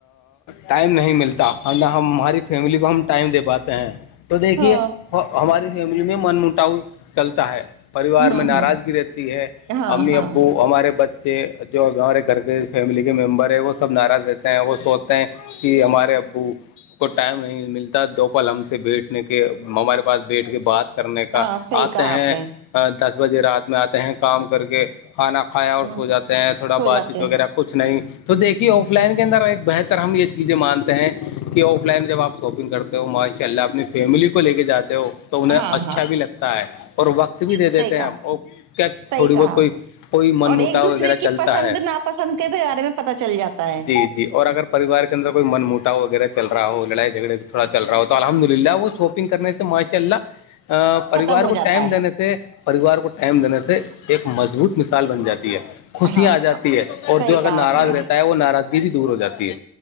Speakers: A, on the left; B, on the right.
A: ٹائم نہیں ملتا ہم ہم ہماری فیملی کو ہم ٹائم دے پاتے ہیں تو دیکھیے
B: ہاں
A: ہماری فیملی میں من مٹاؤ چلتا ہے پریوار
B: ہوں
A: میں ناراضگی
B: ہوں
A: رہتی ہے
B: ہاں
A: امی
B: ہاں
A: ابو ہمارے بچے جو ہمارے گھر کے فیملی کے ممبر ہے وہ سب ناراض رہتے ہیں وہ سوچتے ہیں کہ ہمارے ابو کو ٹائم نہیں ملتا دو پل ہم سے بیٹھنے کے ہمارے پاس بیٹھ کے بات کرنے کا
B: ہاں صحیح
A: آتے
B: کہا آپ
A: ہیں
B: نے
A: دس بجے رات میں آتے ہیں کام کر کے کھانا کھایا اور
B: ہ
A: سو جاتا تھوڑا
B: سو
A: بات
B: جاتے
A: چیت
B: ہیں
A: وغیرہ کچھ نہیں تو دیکھیے
B: ہ
A: آف لائن اندر ایک بہتر ہم یہ چیزیں مانتے ہیں کہ آف لائن جب آپ شاپنگ کرتے ہو ماشاء اللہ اپنی فیملی کو لے کے جاتے ہو تو انہیں
B: ہاں
A: اچھا
B: ہاں
A: بھی لگتا ہے اور وقت بھی دے
B: صحیح
A: دیتے
B: کہا
A: ہیں ہم کیا
B: صحیح
A: تھوڑی
B: کہا
A: بہت کوئی کوئی من
B: اور
A: موٹا
B: ایک دوسرے
A: وغیرہ
B: کی
A: چلتا
B: پسند
A: ہے
B: ناپسند کے بھی بارے میں پتا چل جاتا ہے
A: جی جی اور اگر پریار کے اندر کوئی من موٹاو وغیرہ چل رہا ہو لڑائی جھگڑے تھوڑا رہا ہو تو الحمد للہ وہ چھو پی کرنے سے ماشاء اللہ پریوار
B: ختم ہو
A: کو
B: جاتا
A: ٹائم
B: ہے
A: دینے سے سے پریوار کو ٹائم دینے سے ایک مضبوط مثال بن جاتی ہے خوشیاں
B: ہاں
A: آ جاتی
B: ہاں
A: ہے
B: صحیح
A: اور جو اگر
B: کہا آپ
A: ناراض
B: نے
A: رہتا ہے وہ ناراضگی بھی دور ہو جاتی ہے